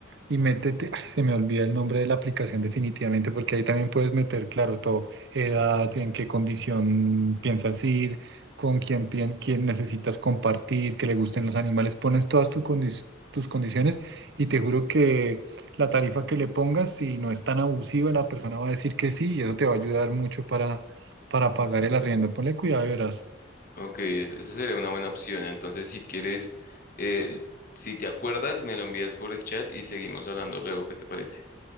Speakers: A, on the right (about 60°); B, on the left (about 50°).
A: Y métete, ay, se me olvida el nombre de la aplicación definitivamente, porque ahí también puedes meter, claro, todo, edad, en qué condición piensas ir, con quién, pien- quién necesitas compartir, que le gusten los animales, pones todas tu condi- tus condiciones y te juro que la tarifa que le pongas, si no es tan abusiva, la persona va a decir que sí y eso te va a ayudar mucho para, para pagar el arriendo. Ponle cuidado y verás.
B: Ok, es- eso sería una buena opción. Entonces, si quieres, eh, si te acuerdas, me lo envías por el chat y seguimos hablando luego. ¿Qué te parece?